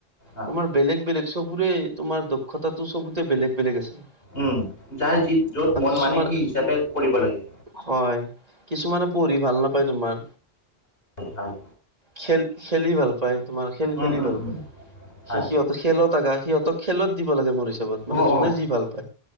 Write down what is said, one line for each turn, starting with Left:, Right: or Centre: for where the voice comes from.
Left: আহ,
Right: তোমাৰ বেলেগ বেলেগ চবৰে তোমাৰ দক্ষতাটো চবতে বেলেগ বেলেগ আছে।
Left: উম যাৰ যি য'ত মন
Right: কিছুমান
Left: মানে সেই হিচাপে কৰিব লাগে।
Right: হয় কিছুমানে পঢ়ি ভাল নাপায় তোমাৰ।
Left: কি হয়।
Right: খে খেলি ভাল পায় তোমাৰ খেল
Left: উম,
Right: খেলি
Left: উম,
Right: ভাল
Left: উম,
Right: পায়
Left: হয়
Right: সি সিহঁত খেলত আকা সিহঁতক খেলত দিব লাগে মোৰ হিচাপত মানে
Left: অ'
Right: যোনে
Left: অ'
Right: যি ভাল পায়।